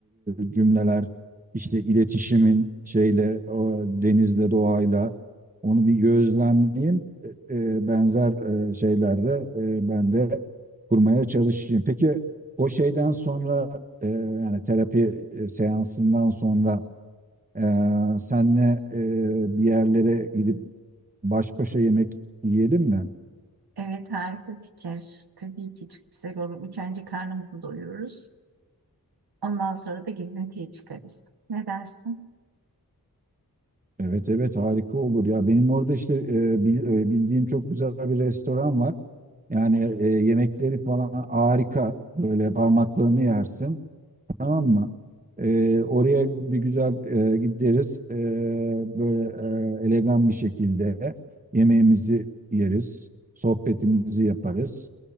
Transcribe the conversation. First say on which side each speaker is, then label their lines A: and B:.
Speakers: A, on the right; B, on the right.
A: e, cümleler işte iletişimin şeyle o denizle doğayla onu bir gözlemleyeyim E, e, benzer e, şeylerde e, ben de kurmaya çalışayım. Peki o şeyden sonra e, yani terapi e, seansından sonra ee, senle e, bir yerlere gidip Baş başa yemek yiyelim mi?
B: Evet harika fikir. Tabii ki çok güzel olur. İlk önce karnımızı doyururuz. Ondan sonra da gezintiye çıkarız. Ne dersin?
A: Evet evet harika olur ya. Benim orada işte e, bil- e, bildiğim çok güzel bir restoran var. Yani e, yemekleri falan harika. Böyle parmaklarını yersin. Tamam mı? E, oraya bir güzel e, gideriz. E, böyle e, elegan bir şekilde yemeğimizi yeriz. Sohbetimizi yaparız.